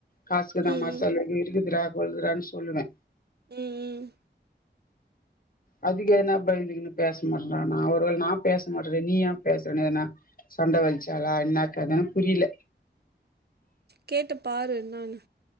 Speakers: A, on the left; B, on the right.
A: காசுகுத
B: ம் ம்
A: <unintelligible> இருக்குதுருடா கொல்கிறானு சொல்லுவ
B: உம் உம்
A: அதுக்கு எதனா பயந்துக்குன்னு பேச மாடறான்னா நா ஒருவேளை நா பேச மாடறேன் நீயன் பேசுறனு ஏனா சண்டை வலிச்சாளா என்னாக் கதன்னு புரியல
B: கேட்டு பாரு என்னானு